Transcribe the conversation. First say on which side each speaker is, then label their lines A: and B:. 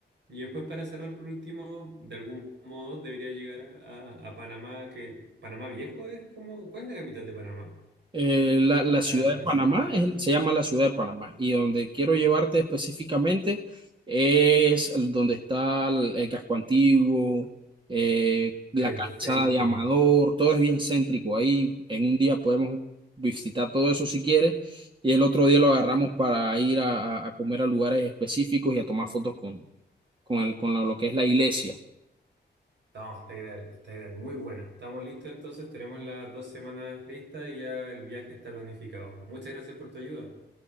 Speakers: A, on the right; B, on the right.
A: y después para cerrar por último, de algún modo debería llegar a, a, a Panamá, que Panamá Viejo es como, ¿cuál es la capital de Panamá?
B: Eh, la, la ciudad
A: Para conocer
B: de Panamá
A: más
B: es-
A: este.
B: se llama la ciudad de Panamá y donde quiero llevarte específicamente es el- donde está el, el casco antiguo, eh, la
A: Perfecto.
B: calzada de Amador, todo es bien céntrico ahí. En un día podemos visitar todo eso si quieres y el otro día lo agarramos para ir a, a- a comer a lugares específicos y a tomar fotos con, con el, con lo que es la iglesia.
A: No, está ideal, está ideal, muy buena. Estamos listos entonces, tenemos las dos semanas listas y ya el viaje está planificado. Muchas gracias por tu ayuda.